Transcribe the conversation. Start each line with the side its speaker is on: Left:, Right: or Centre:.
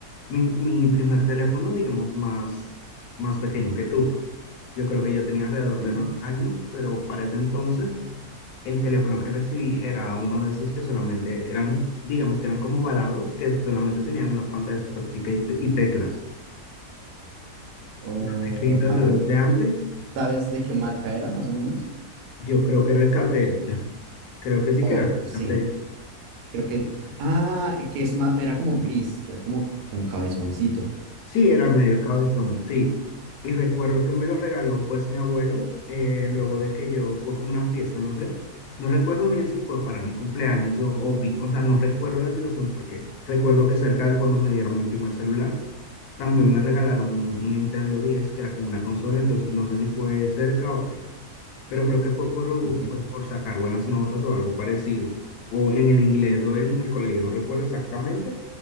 Left: mi, mi primer teléfono, digamos, más, más pequeño que tú. Yo creo que yo tenía alrededor
Right: ¿ok?
Left: de nueve años, pero para ese entonces el teléfono que recibí era uno de estos que solamente eran, digamos, que eran como ovalados, que solamente tenían una pantalla súper chica y, te- y teclas.
Right: O,
Left: Teclitas
Right: a
Left: de los
Right: ver,
Left: de antes,
Right: ¿sabes de qué marca era más o menos?
Left: yo creo que era el Catel. <laughs> Creo que sí
Right: Oh,
Left: que era
Right: sí,
Left: Catel.
Right: creo que, ah, que es más, era como gris, que era como, como cabezoncito.
Left: Sí, era medio cabezón, sí. Y recuerdo que me lo regaló pues mi abuelo, eh, luego de que yo, fue como una fiesta, no sé. No recuerdo bien si fue para mi cumpleaños o, o vi- o sea, no recuerdo la situación porque recuerdo que cerca de cuando me dieron mi primer celular, también me regalaron un, un Nintendo diez que era como una consola, entonces no sé si fue cerca o qué, pero creo que fue por, uh,
Right: Ok,
Left: pues, por sacar buenas notas o algo parecido, o en el inglés o en el colegio, no recuerdo exactamente,